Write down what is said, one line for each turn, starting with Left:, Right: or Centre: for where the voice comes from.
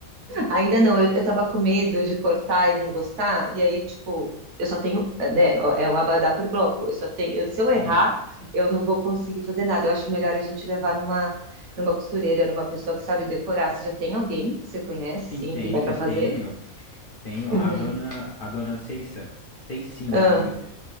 Right: Ainda não. Eu, eu tava com medo de cortar e não gostar. E aí, tipo, eu só tenho, né? É um abadá por bloco. Eu só tenho. eu- se eu errar,
Left: E
Right: eu não vou conseguir fazer nada. Eu acho melhor a gente levar numa, numa costureira, numa pessoa que sabe decorar. Você já tem alguém que você conhece,
Left: sim,
Right: assim,
Left: tenho,
Right: que dá pra fazer?
Left: tenho, tenho.
Right: Uhum.
Left: A dona, a dona Ceissa. Ceicinha
Right: Ah,
Left: é o nome dela.